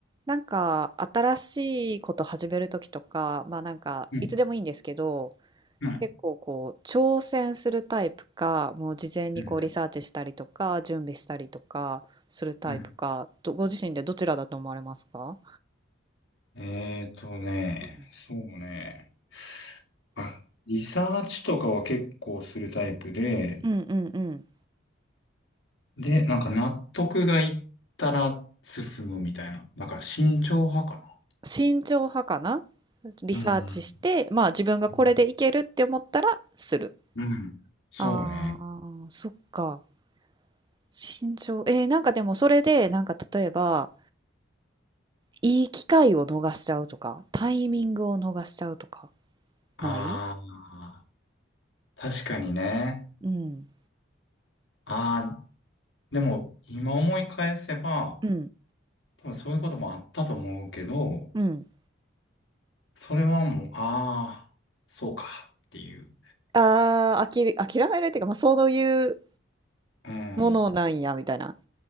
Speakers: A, on the right (about 20°); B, on the left (about 65°).
A: なんか新しいこと始めるときとか、まあなんかいつでもいいんですけど、
B: うん、うん、
A: 結構こう挑戦するタイプか、もう事前にこうリサーチしたりとか、
B: うん、
A: 準備したりとかするタイプか、
B: うん。
A: どご自身でどちらだと思われますか
B: えーとね、
A: うん
B: そうね。あ、リサーチとかは結構するタイプで、
A: うんうんうん。
B: で、なんか納得がいったら進むみたいな。だから慎重派か
A: 慎重派かなリサーチして、
B: な。うん。
A: まあ自分がこれでいけるって思ったらする。
B: うん。うんそうね。
A: ああ、そっか。慎重。えー、なんかでもそれで、なんか例えば、いい機会を逃しちゃうとか、タイミングを逃しちゃうとか、
B: ああ、
A: ない
B: 確かにね。
A: うん。
B: ああ、でも今思い返せば、
A: うん。
B: 多分そういうこともあったと思うけど、
A: うん。
B: それはもう、ああ、そうかっていう。
A: ああ、あきれ、諦めるっていうか、まあ、そういう
B: うん。
A: ものなんや、みたいな。